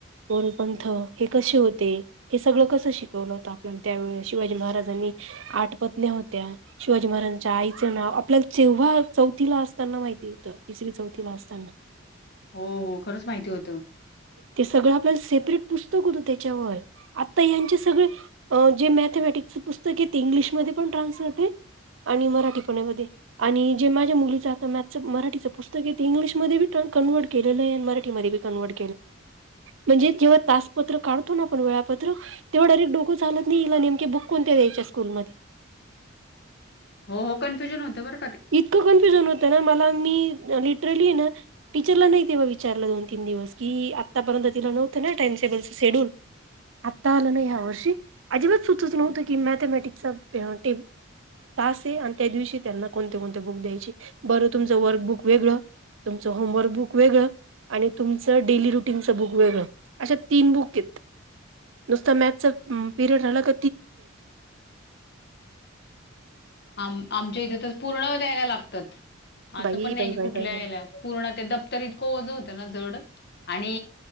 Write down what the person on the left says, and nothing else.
हो हो खरंच माहिती होतं
हो हो कन्फ्युजन होत बर
हां.
आम आमच्या इथे तर पूर्ण द्यायला लागतात असं
पण नाही
की
कुठल्या
याला पूर्ण ते दप्तर इतकंओज होतं ना जड आणि